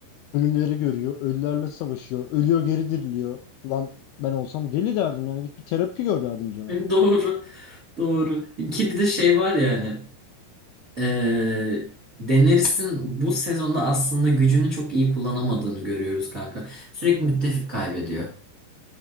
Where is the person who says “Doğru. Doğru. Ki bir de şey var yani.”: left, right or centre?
Right